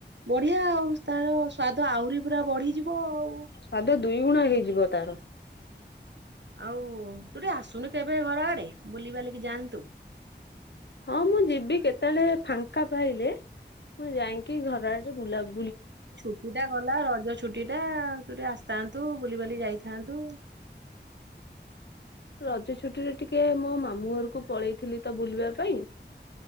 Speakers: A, on the right; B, on the left.
A: ବଢିଆ ଆଉ ତାର ସ୍ଵାଦ ଆହୁରି ପୁରା ବଢିଯିବ ହଁ ଆଉ।
B: ସ୍ୱାଦ ଦୁଇ ଗୁଣା ହେଇଯିବ ତାର।
A: ଆଉ ତୁ ଟିକେ ଆସୁନୁ କେବେ ଘର ଆଡେ ବୁଲି ବାଲିକି ଯାଆନ୍ତୁ।
B: ହଁ ମୁଁ ଯିବି କେତେବେଳେ ଫାଙ୍କା ପାଇଲେ ମୁଁ ଯାଇକିଁ ଘର ଆଡେ ବୁଲାବୁ
A: ଛୁଟି ଟା ଗଲା ରଜ ଛୁଟି ଏଇଟା ତୁ ଟିକେ ଆସଥାନ୍ତୁ ବୁଲିିବାଲି ଯାଇଥାନ୍ତୁ।
B: ରଜ ଛୁଟିରେ ଟିକେ ମୋ ମାମୁଁ ଘରକୁ ପଳେଇଥିଲି ତ ବୁଲିବା ପାଇଁ।